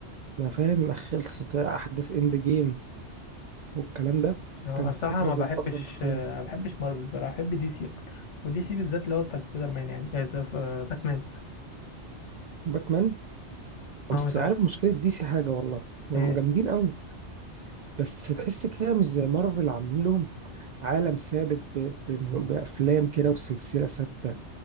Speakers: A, on the right (about 60°); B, on the left (about 85°).
A: ما فاهم ما خلصت احداث اند جيم والكلام ده
B: اه،
A: كانوا
B: انا بصراحه
A: في فترة
B: ما
A: زي
B: بحبش
A: الفترة الانتقالية
B: آه، ما بحبش مارفل بصراحه بحب دي سي اكتر ودي سي بالذات اللي هو بتاع سبايدر مان يعني إيه، سف- آه، باتمان
A: باتمان
B: هو
A: بس
B: مش هو
A: عارف مشكلة دي سي حاجة والله هم
B: ايه
A: جامدين قوي بس تحس كده مش زي مارفل عاملين لهم عالم ثابت ب... ب... بأفلام كده وسلسلة ثابتة